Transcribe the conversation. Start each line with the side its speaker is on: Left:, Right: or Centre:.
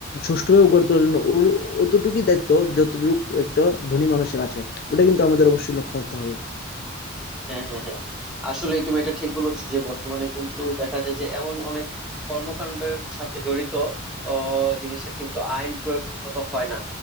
Left: সুষ্ঠুভাবে গড়ে তোলার জন্য ওর অতটুকুই দায়িত্ব যতটুকু একটা ধনী মানুষের আছে ওটা কিন্তু আমাদের অবশ্যই লক্ষ্য রাখতে হবে
Centre: হ্যাঁ হ্যাঁ হ্যাঁ আসলে তুমি এটা ঠিক বলেছো যে বর্তমানে কিন্তু দেখা যায় যে এমন অনেক কর্মকাণ্ডের সাথে জড়িত আহ, জিনিসের কিন্তু আইন প্রয়োগ ঠিক মতো হয় না